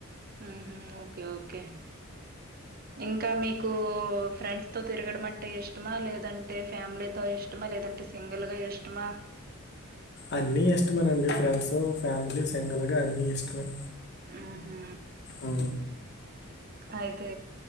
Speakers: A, on the right; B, on the left.
A: ఉహు ఓకే ఓకే ఇంకా మీకు ఫ్రెండ్స్ తో తిరగడం అంటే ఇష్టమా లేదంటే ఫ్యామిలీతో ఇష్టమా లేదంటే సింగల్గా ఎషమా
B: అన్నీ ఇష్టమే అండి ఫ్రెండ్స్ ఫ్యామిలీ సింగల్గా అన్ని ఇష్టమే
A: హుహు.
B: ఉ
A: అయితే